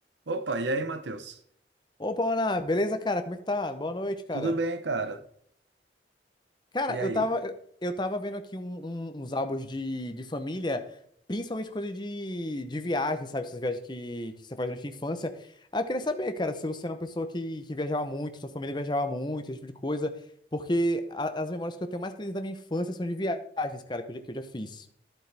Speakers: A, on the right (about 85°); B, on the left (about 25°).
A: Opa, e aí, Matheus?
B: Opa, Ana, beleza, cara? Como é que tá? Boa noite, cara.
A: Tudo bem, cara?
B: Cara,
A: E aí?
B: eu tava, eu, eu tava vendo aqui um- um- uns álbuns de, de família, principalmente coisa de, de viagem, sabe? Essas viagens que, que você faz durante a infância. Ah, eu queria saber, cara, se você era uma pessoa que, que viajava muito, sua família viajava muito, esse tipo de coisa, porque a- as memórias que eu tenho mais queridas da minha infância são de viagens, cara, que eu já, que eu já fiz.